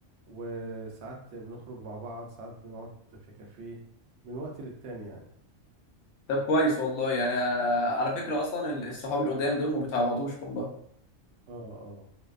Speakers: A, on the right; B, on the left.
A: وساعات بنخرج مع بعض ساعات بنقعد في كافيه من وقت للتاني يعني
B: طب كويس والله يعني آه، على فكره اصلا ال- الصحاب القدام دول ما بيتعوضوش والله
A: اه اه